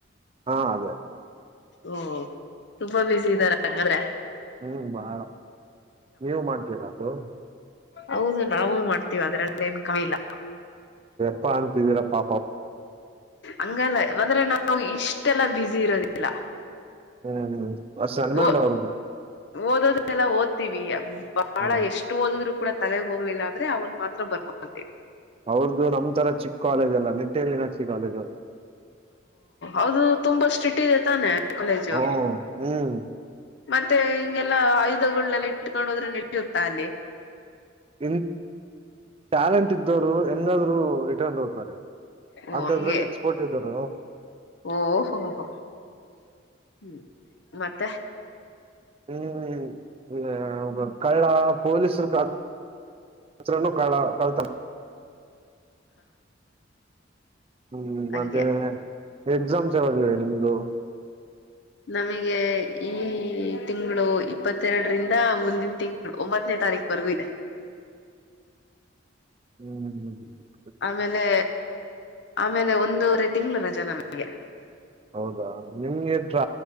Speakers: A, on the right; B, on the left.
A: ಹಾ ಅದೇ
B: ಓ ತುಂಬಾ ಬಿಸಿ ಇದಾರ ಹಾಗಾದ್ರೆ
A: ಹ್ಮ್ ಬಾ ನೀವು ಮಾಡ್ತೀರಾ ಅದು
B: ಹೌದ ನಾವು ಮಾಡ್ತೀವಿ ಅದ್ರಲ್ಲ ಏನ್ ಕಮಿಲ್ಲ
A: ಪ್ಪ ಅಂತಿದೀರಾ ಪಾ
B: ಅಂಗಲ್ಲ ಅಂದ್ರೆ ನಾ ನಾ ಇಷ್ಟೆಲ್ಲ ಬ್ಯಝಿ ಇರೋದಿಲ್ಲ
A: ಹ್ಮ್ ಅಷ್ಟ್ ಸನ್ಮಂಡ್
B: ಓ
A: ಅವ್ರದು
B: ಓದೋದೆಲ್ಲ ಓದ್ತೀವಿ ಬಾಳ
A: ಹ್ಮ್
B: ಎಷ್ಟು ಓದದ್ರು ಕೂಡ ತಲೆಗ ಹೋಗಲಿಲ್ಲ ಆದ್ರೆ ಅವ್ನ್ ಮಾತ್ರ ಬರ್ಕೊಂಡಂತೇವಿ
A: <unintelligible> ಕಾಲೇಜದು
B: ಅದು ತುಂಬಾ ಸ್ಟ್ರಿಟ್ ಇದೆ ತಾನೆ ಕಾಲೇಜು
A: ಹ್ಮ್ ಹ್ಮ್
B: ಮತ್ತೆ ಹಿಂಗೆಲ್ಲಾ ಆಯುಧಗಳನೆೆಲ್ಲ ಇಟ್ಕೊಂಡೋದ್ರೆ ನಡಿಯುತ್ತಾ ಅಲ್ಲಿ
A: ಎ ಚಟ್ಯಾಲೆಂಟ್ ಇದ್ದೋರು ಹೆಂಗಾದ್ರು ಇಟರ್ನ್ ಹೋಗ್ತಾರೆ
B: ಓ
A: ಅಂತದ್ರಲ್ಲಿ
B: ಹಂಗೆ
A: ಎಕ್ಸ್ಪೋರ್ಟ್ ಇದ್ದಾರ
B: ಓಹೋ ಹೋ ಹ್ಮ್ ಮತ್ತೆ
A: ಹ್ಮ್ ಹ್ಮ್ ಕಳ್ಳಾ ಪಲೀಸ್ರು ಅಂದ್ರುನು ಕಳ್ಳ ಕಳ್ಳನ ಹ್ಮ್ ಮತ್ತೆ
B: ಹಂಗೆ
A: ಎಕ್ಸಾಮ್ಸ್ ಯಾವಾಗವೆ ನಿಮ್ದು
B: ನಮಗೆ ಈ ತಿಂಗಳು ಇಪ್ಪತ್ತೆರಡರಿಂದ ಮುಂದಿನ ತಿಂಗಳು ಒಂಬತ್ತನೇ ತಾರಖ ಬಗಿದೆ
A: ಹ್ಮ್ ಹ್ಮ್ ಹ್ಮ್
B: ಆಮೇಲೆ ಆಮೇಲೆ ಒಂದು ರೀತಿ ತಿಂಗಳ ರಜೆ ನಮಗೆ
A: ಹೌದಾ ನಿಮ್ಗೆ ಪ್ರ